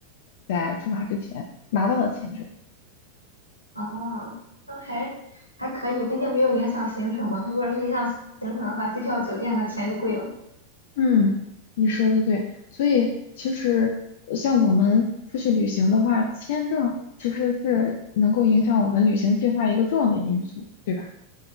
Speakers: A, on the left; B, on the left.
A: 在出发之前。拿到了签证。
B: 啊，那还还可以，毕竟没有影响行程嘛。如果是影响行程的话，机票、酒店的钱就贵了。
A: 嗯你说的对，所以其实呃像我们出去旅行的话，签证其实是能够影响我们旅行计划一个重要的因素，对吧？